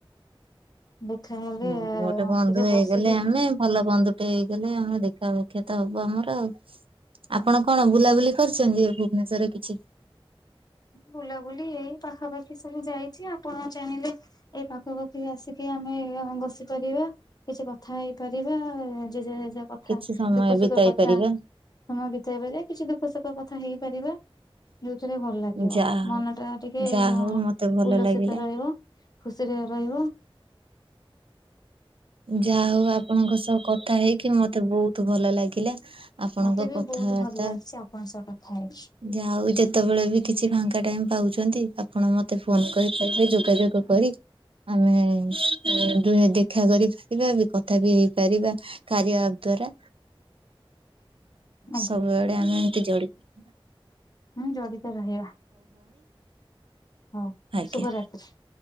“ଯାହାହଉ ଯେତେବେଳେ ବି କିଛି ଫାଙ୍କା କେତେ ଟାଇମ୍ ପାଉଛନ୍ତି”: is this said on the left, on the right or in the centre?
Right